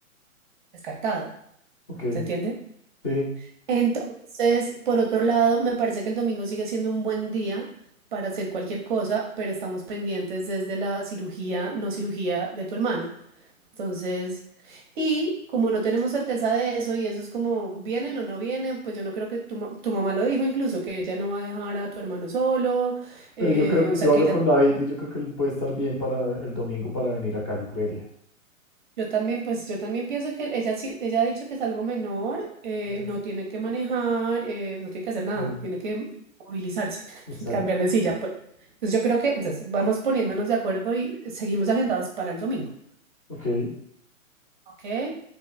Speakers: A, on the right; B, on the left.
A: descartado,
B: ok,
A: ¿se entiende?
B: sí.
A: Entonces, por otro lado, me parece que el domingo sigue siendo un buen día para hacer cualquier cosa, pero estamos pendientes desde la cirugía, no cirugía de tu hermano. Entonces, y como no tenemos certeza de eso y eso es como vienen o no vienen, pues yo no creo que tu, ma- tu mamá lo dijo incluso, que ella no va a dejar a tu hermano solo, eh,
B: Pero yo creo que
A: o sea
B: yo
A: que
B: hablo
A: ella,
B: con David y yo creo que él puede estar bien para el domingo para venir acá, yo creería.
A: yo también, pues yo también pienso que ella, sí- ella ha dicho que es algo menor, eh,
B: Eh,
A: no tiene que manejar, eh, no tiene que hacer nada,
B: Sí,
A: tiene que movilizarse, <laughs>
B: exacto.
A: cambiar de silla, pues. Entonces yo creo que, entonces vamos poniéndonos de acuerdo y seguimos agendados para el domingo.
B: Ok.
A: Ok, eh,